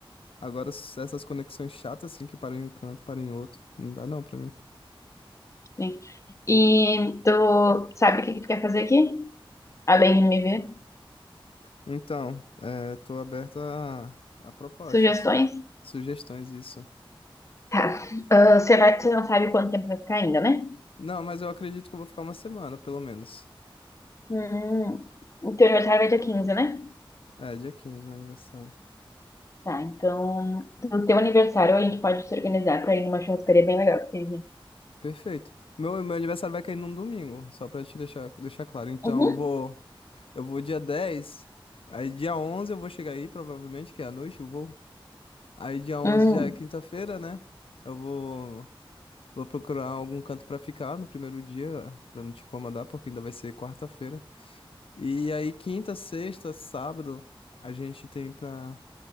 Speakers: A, on the left; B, on the left.
A: Agora, s- essas conexões chatas assim, que param em um canto, param em outro, não dá não pra mim.
B: Sim. E tu sabe o que que tu quer fazer aqui? Além de me ver?
A: Então, é, tô aberto a, a propostas,
B: Sugestões?
A: sugestões, isso.
B: Tá. Ah, Você vai, você não sabe quanto tempo vai ficar ainda, né?
A: Não, mas eu acredito que eu vou ficar uma semana, pelo menos.
B: Hum. O teu aniversário vai dia 15, né?
A: É, dia 15, meu aniversário.
B: Tá, então, no teu aniversário a gente pode se organizar pra ir numa churrascaria bem legal que tem aqui.
A: Perfeito. Meu, meu aniversário vai cair num domingo, só pra te deixar, deixar claro. Então,
B: Uhum.
A: eu vou, eu vou dia 10. aí dia 11 eu vou chegar aí, provavelmente, que é à noite eu vou. Aí dia onze
B: Hum.
A: já é quinta-feira, né? Eu vou, vou procurar algum canto pra ficar no primeiro dia, pra não te incomodar, porque ainda vai ser quarta-feira. E aí, quinta, sexta, sábado, a gente tem pra